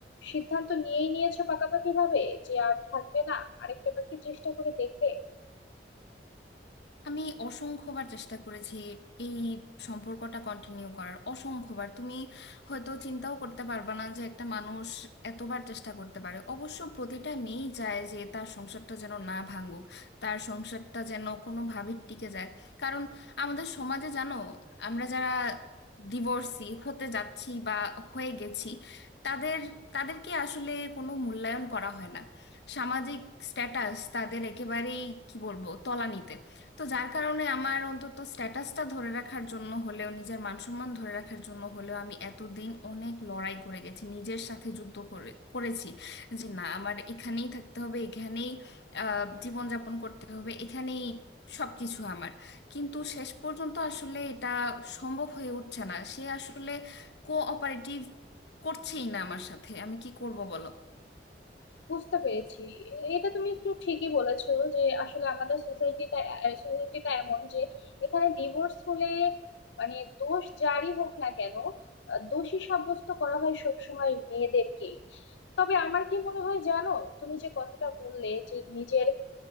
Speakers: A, on the left; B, on the left.
A: সিদ্ধান্ত নিয়েই নিয়েছো পাকাপাকি ভাবে যে আর থাকবে না আরেকটাবার কি চেষ্টা করে দেখবে
B: আমি অসংখ্যবার চেষ্টা করেছি এই সম্পর্কটা কন্টিনিউ করার অসংখ্যবার তুমি হয়তো চিন্তাও করতে পারবে না যে একটা মানুষ এতবার চেষ্টা করতে পারে অবশ্য প্রতিটা মেয়েই চায় যে তার সংসারটা যেন না ভাঙুক তার সংসারটা যেন কোনোভাবে টিকে যায় কারণ আমাদের সমাজে জানো আমরা যারা ডিভোর্সি হতে যাচ্ছি বা হয়ে গেছি তাদের তাদেরকে আসলে কোনো মূল্যায়ন করা হয় না সামাজিক স্ট্যাটাস তাদের একেবারেই কি বলবো তলানিতে তো যার কারণে আমার অন্তত স্ট্যাটাসটা ধরে রাখার জন্য হলেও নিজের মানসম্মান ধরে রাখার জন্য হলেও আমি এতদিন অনেক লড়াই করে গেছি নিজের সাথে যুদ্ধ করে করেছি যে না আমার এখানেই থাকতে হবে এখানেই আহ, জীবনযাপন করতে হবে এখানেই সবকিছু আমার কিন্তু শেষ পর্যন্ত আসলে এটা সম্ভব হয়ে উঠছে না সে আসলে কোঅপারেটিভ করছেই না আমার সাথে আমি কি করব বলো
A: বুঝতে পেরেছি এটা তুমি একটু ঠিকই বলেছো যে আসলে আমাদের সোসাইটিটা সোসাইটিটা এমন যে এখানে ডিভোর্স হলে মানে দোষ যারই হোক না কেন আহ, দোষী সাব্যস্ত করা হয় সবসময় মেয়েদেরকেই তবে আমার কি মনে হয় জানো তুমি যে কথাটা বললে যে নিজের